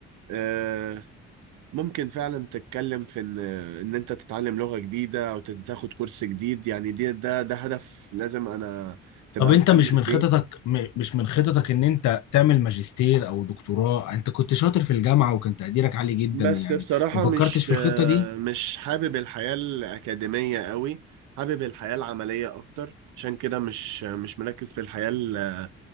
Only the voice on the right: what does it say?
آه ممكن فعلا تتكلم في إن إن أنت تتعلم لغة جديدة أو تاخد كورس جديد يعني دي ده ده هدف لازم أنا تبقى
مكمل
فيه
بس
بصراحة
مش
آه،
مش حابب الحياة الأكاديمية قوي حابب الحياة العملية أكتر عشان كده مش مش مركز في الحياة ال-